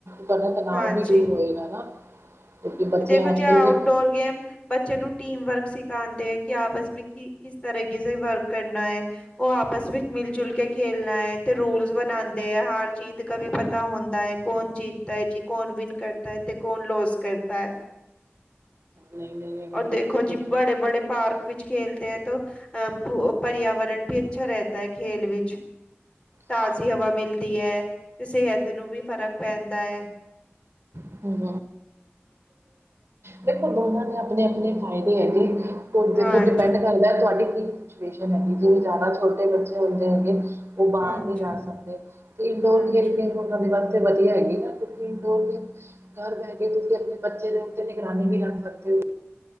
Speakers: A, on the right (about 70°); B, on the left (about 25°).
A: ਤੁਹਾਡੇ ਤਾਂ ਨਾਮ
B: ਹਾਂ
A: ਵੀ ਦੂਰ
B: ਜੀ
A: ਹੋਏਗਾ ਨਾ ਬੱਚੇ <inaudible>
B: ਜੇ ਆਊਟਡੋਰ
A: ਦੇ
B: ਗੇਮ ਬੱਚੇ ਨੂੰ ਟੀਮ ਵਰਕ ਸਿਖਾਂਦੇ ਹੈ ਕਿ ਆਪਸ ਮੇ ਕਿ ਕਿਸ ਤਰੀਕੇ ਸੇ ਵਰਕ ਕਰਨਾ ਹੈ। ਉਹ ਆਪਸ ਵਿੱਚ ਮਿਲ ਜੁਲ ਕੇ ਖੇਲਨਾ ਹੈ ਤੇ ਰੂਲਸ ਬਣਾਉਂਦੇ ਐ ਹਾਰ ਜੀਤ ਕਾ ਵੀ ਪਤ ਤਾਂ ਹੁੰਦਾ ਹੈ ਕੌਣ ਜੀ ਤੇ ਜੀ ਕੋਣ ਵਿਨ ਕਰਤਾ ਹੈ ਤੇ ਕੋਨ ਲੋਸ ਕਰਤਾ ਹੈ।
A: ਨਹੀਂ ਗੱਲ
B: ਉਰ ਦੇਖੋ
A: ਤਾਂ ਤੁਸੀਂ
B: ਜੀ
A: ਬਿਲਕੁਲ
B: ਬੜੇ - ਬੜੇ ਪਾਰਕ ਵਿੱਚ ਖੇਲਤੇ ਹੈ ਤੋਂ ਅਹ ਪਰਿਆਵਰਨ ਵੀ ਅੱਛਾ ਰੈਤਾ ਹੈ ਖੇਲ ਵਿੱਚ ਤਾਜ਼ੀ
A: ਹਾਂ
B: ਹਵਾ ਮਿਲਦੀ ਹੈ ਤੇ ਸੇਹਤ ਨੂੰ ਵੀ ਫ਼ਰਕ ਪੈਂਦਾ ਹੈ।
A: ਹ ਕੁ <inaudible> ਦੇਖੋ ਦੋਨਾਂ ਦੇ ਆਪਣੇ- ਆਪਣੇ ਫਾਇਦੇ ਹੈਗੇ। ਦੇਖੌ
B: ਹਾਂਜੀ
A: ਡੇਪੇਂਡ ਕਰਦਾ ਤੁਹਾਡੀ ਕੀਨਿਕ ਸਿਤੂਏਸ਼ਨ ਹੈਗੀ ਜਿਵੇਂ ਜ਼ਿਆਦਾ ਛੋਟੇ ਬੱਚੇ ਹੁੰਦੇ ਹੈਗੇ ਉਹ ਬਾਹਰ
B: ਹਾਂਜੀ
A: ਨਹੀਂ ਜਾ ਸਕਦੇ ਤੇ ਇੰਡੋਰ
B: ਹਾਂਜੀ
A: ਖੇਲ ਦੇਖੋ ਵਾਸਤੇ ਵਧੀਆ ਹੈਗੀ ਨਾਂ ਕਿਉਂਕਿ ਇੰਡੋਰ ਗੇਮ ਘਰ ਬਹਿ ਕੇ ਤੁਸੀਂ ਆਪਣੇ ਬੱਚੇ ਨੂੰ ਤੇ ਨਿਗਰਾਨੀ ਵੀ ਰੱਖ ਸਕਦੇ ਹੋ।